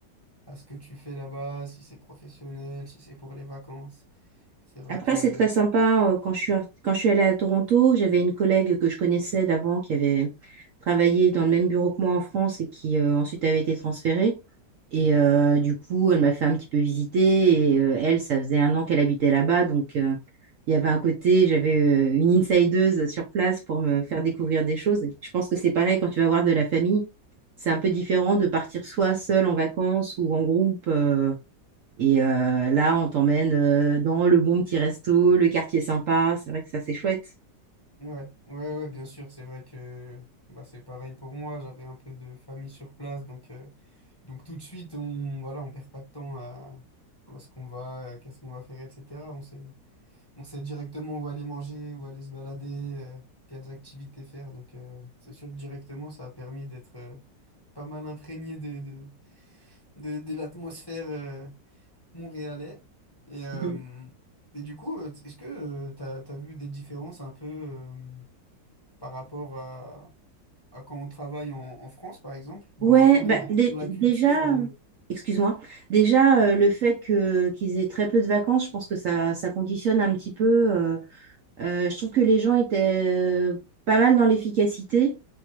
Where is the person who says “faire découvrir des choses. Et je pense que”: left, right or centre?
Right